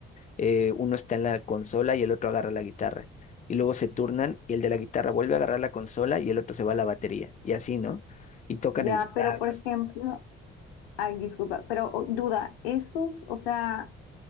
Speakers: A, on the left; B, on the left.
A: eh, uno está en la consola y el otro agarra la guitarra. Y luego se turnan y el de la guitarra vuelve a agarrar la consola y el otro se va a la batería. Y así, ¿no? Y tocan
B: Ya,
A: el sax.
B: pero por ejemplo, ay, disculpa, pero o- duda, esos, o sea,